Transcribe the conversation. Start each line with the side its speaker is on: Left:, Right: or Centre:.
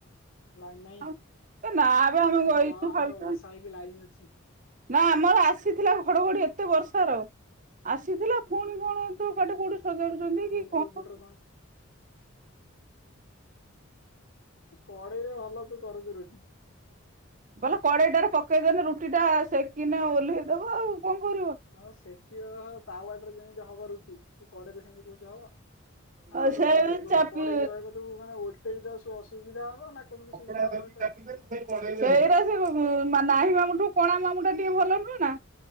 Left: ଲାଇନ ନାହିଁ
Right: ଏ ନା ବେ ଆମେ ବଇଚୁ
Left: ଏ ଯାଅ ଆମର
Right: ହଲଚୁ।
Left: ବର୍ଷା ହେଇକି ଲାଇନ ଅଛି
Right: ନା ଆମର ଆସିଥିଲା ଘଡଘଡି ଏତେ ବର୍ଷାର। ଆସିଥିଲା। ପୁଣି କଣ ତୁ କାଠି କୋଉଠୁ ସଜାଡୁଛନ୍ତି
Left: ପୁଣି
Right: କି
Left: କୋଉ
Right: କଣ?
Left: ପଟରେ କଡେଇରେ ଭଲ ତୁ କରଛୁ ରୁଟି?
Right: ବଲେ କଡେଇଟାରେ, ପକେଇଦେଲେ ରୁଟି ଟା ସେକିନେ ଓହ୍ଲେଇଦବ ଆଉ କଣ କରିବ।
Left: ଆଉ ସେକିବ ତାୱା ଟାରେ ଯେମିତି ହବ ରୁଟି। ତୁ କଡେଇ ରେ ସେମିତି କରୁ ଜ ଏଡା
Right: ଆଉ
Left: ଗୋଟେ
Right: ସେ ବି
Left: ବୁଡ଼
Right: ଚାପି
Left: କଡେଇକି ରହିବ, ତାକୁ ମାନେ ଓୋଲଟେଇ ଦ ଅସୁବିଧା ହବ ନା କେମିତି ସୁବିଧା
Right: ସେଇଟା
Left: ହବ ଏଟାରେ।
Right: ସେଇ ଉଁ ମା ନାହିଁ ମାମୁଁ ଠୁ କଣା ମାମୁଁ ଟା ଟିକେ ଭଲ ନୁହେଁ ନା।